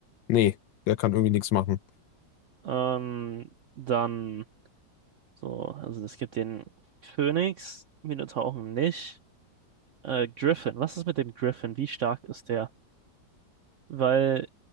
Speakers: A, on the left; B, on the right.
A: Nee, der kann irgendwie nichts machen.
B: Ähm, dann so, also es gibt den Phönix, Minotauren nicht. Äh, Griffin, was ist mit dem Griffin? Wie stark ist der? Weil